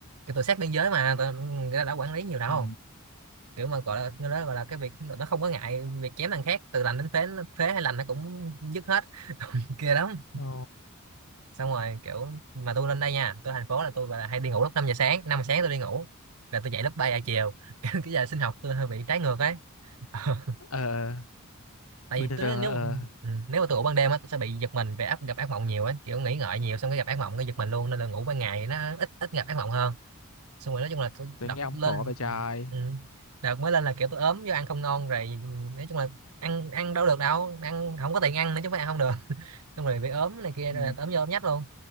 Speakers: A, on the right (about 80°); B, on the left (about 70°).
A: cái tụi sát biên giới mà tụi nó đã quản lý nhiều đâu
B: ừ
A: kiểu mà gọi là nó đó gọi là cái việc nó không có ngại việc chém thằng khác từ lành đến phế phế hay lành nó cũng dứt hết <laughs> kia lắm
B: ờ
A: xong rồi kiểu mà tôi lên đây nha tôi thành phố là tôi là hay đi ngủ lúc năm giờ sáng 5 giờ sáng tôi đi ngủ là tôi dậy lúc ba giờ chiều <laughs> cái cái giờ sinh học tôi hơi bị trái ngược ấy <laughs> Ờ,
B: ờ
A: tại
B: bình
A: vì tôi
B: thường
A: nếu
B: ờ
A: ừ, nếu mà tôi ngủ ban đêm á tôi sẽ bị giật mình về áp gặp ác mộng nhiều ấy kiểu nghĩ ngợi nhiều xong cái gặp ác mộng cái giật mình luôn nên là ngủ ban ngày thì nó ít ít gặp ác mộng hơn xong rồi nói chung là tôi
B: tôi
A: đọc
B: nghe ông
A: lên
B: khổ vậy trời
A: ừ. đọc mới lên là kiểu tôi ốm do ăn không ngon rồi nói chung là ăn ăn đâu được đâu ăn không có tiền ăn nữa chứ không phải ăn không được <laughs> xong rồi bị ốm này kia
B: ừ.
A: rồi ốm vô ốm nhách luôn